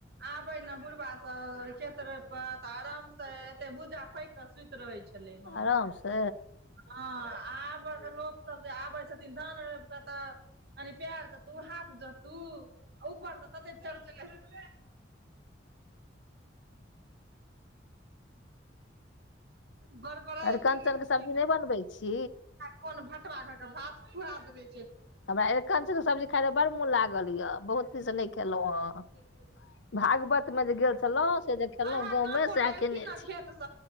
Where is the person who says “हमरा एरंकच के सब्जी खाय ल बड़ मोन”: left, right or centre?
Left